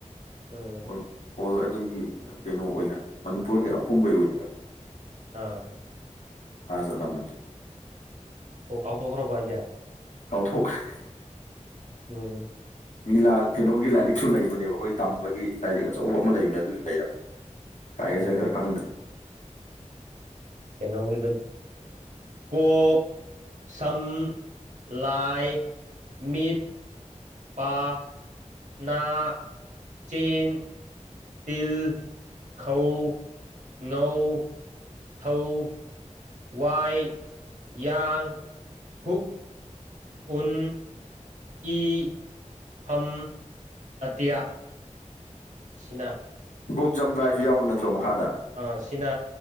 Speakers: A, on the right; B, on the left.
A: ꯎꯝ
B: ꯍꯣꯜ ꯍꯣꯜ ꯑꯩꯈꯣꯏꯒꯤ ꯀꯩꯅꯣ ꯑꯣꯏꯅ ꯃꯅꯤꯄꯨꯔꯒꯤ ꯑꯄꯨꯝꯕꯩ ꯑꯣꯏꯅ
A: ꯑꯥ
B: ꯍꯥꯖꯂꯃꯜ
A: ꯑꯣ ꯀꯥꯎꯊꯣꯛꯈꯔꯕꯣ ꯍꯥꯏꯖꯦ
B: ꯀꯥꯎꯊꯣꯛꯈ꯭ꯔꯦ
A: ꯎꯝ
B: ꯃꯤ ꯂꯥꯛ ꯀꯩꯅꯣꯒꯤ ꯂꯥꯏꯔꯤꯛꯁꯨ ꯂꯩꯕꯅꯦꯕ ꯑꯩꯈꯣꯏ ꯇꯝꯕꯒꯤ ꯂꯥꯏꯔꯤꯛ ꯑꯆꯧꯕ ꯑꯃ ꯂꯩꯕꯅꯦ ꯑꯗꯨꯁꯨ ꯂꯩꯔꯝ ꯀꯥꯏ
A: ꯎꯝ
B: ꯆꯠꯈ꯭ꯔ ꯈꯪꯗꯦ
A: ꯀꯩꯅꯣꯒꯤꯗꯨꯛ ꯀꯣꯛ ꯁꯝ ꯂꯥꯏ ꯃꯤꯠ ꯄꯥ ꯅꯥ ꯆꯤꯟ ꯇꯤꯜ ꯈꯧ ꯉꯧ ꯊꯧ ꯋꯥꯏ ꯌꯥꯡ ꯍꯨꯛ ꯎꯟ ꯏ ꯐꯝ ꯑꯇꯤꯌꯥ ꯁꯤꯅ
B: ꯒꯣꯛꯖꯝ ꯔꯥꯏꯁꯨ ꯌꯥꯎꯕ ꯅꯠꯇ꯭ꯔꯣ ꯃꯈꯥꯗ
A: ꯑꯥ ꯁꯤꯅ